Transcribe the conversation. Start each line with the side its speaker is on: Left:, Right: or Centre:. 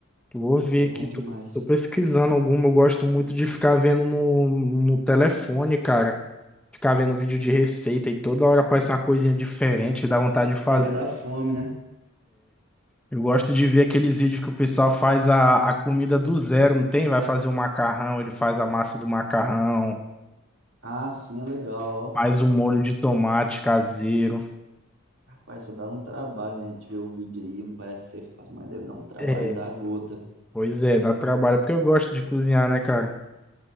Centre: Vou ver
Right: É bom
Centre: aqui.
Right: demais.
Centre: Tô, tô pesquisando alguma. Eu gosto muito de ficar vendo no, no telefone, cara. Ficar vendo vídeo de receita e toda hora aparece uma coisinha diferente, dá vontade de fazer.
Right: Chega da fome, né?
Centre: Eu gosto de ver aqueles vídeos que o pessoal faz a, a comida do zero, não tem? Vai fazer um macarrão, ele faz a massa do macarrão,
Right: Ah, sim, é legal, ó.
Centre: faz um molho de tomate caseiro.
Right: Vai só dá um trabalho, né? A gente vê o vídeo aí, não parece ser fácil, mas deve dar um trabalho
Centre: É,
Right: da gota.
Centre: pois é, dá trabalho, porque eu gosto de cozinhar, né, cara?